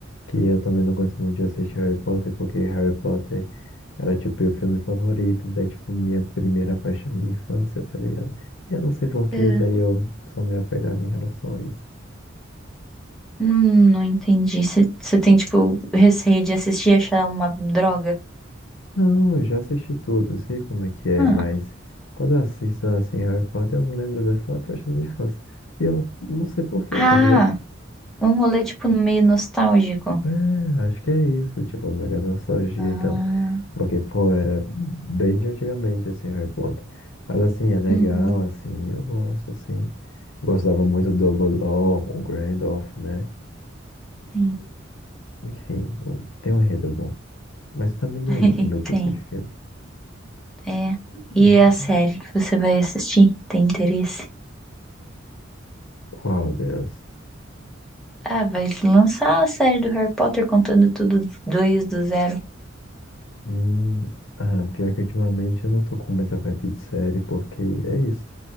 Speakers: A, on the left (about 75°); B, in the centre.
A: Que eu também não gosto muito de assistir Harry Potter, porque Harry Potter era tipo meu filme favorito, daí tipo minha primeira paixão de infância, tá ligado? E eu não sei por que,
B: É.
A: daí eu sou meio apegado em relação a isso.
B: Hum, não entendi. Você tem, tipo, receio de assistir e achar uma droga?
A: Não, eu já assisti tudo, eu sei como é que é,
B: Hum.
A: mas quando eu assisto assim Harry Potter, eu lembro dessa paixão de infância. E eu não sei por quê,
B: Ah,
A: tá ligado?
B: um rolê, tipo, meio nostálgico.
A: É, acho que é isso, tipo, mega nostalgia
B: Ah,
A: e tal. Porque, pô, era bem de antigamente, assim, Harry Potter. Mas, assim, é legal,
B: uhum,
A: assim, eu gosto, assim. Gostava muito do Dumbledore, o Gandalf, né?
B: sim.
A: Enfim, o- tem um enredo bom. Mas também não
B: <laughs>
A: é muito meu tipo
B: Tem,
A: de filme.
B: é.
A: Uhum.
B: E a série que você vai assistir? Tem interesse?
A: Qual delas?
B: Ah, vai lançar a série do Harry Potter contando tudo dois do zero.
A: Hum, ah, pior que ultimamente eu não tô com muita vibe de série, porque é isso.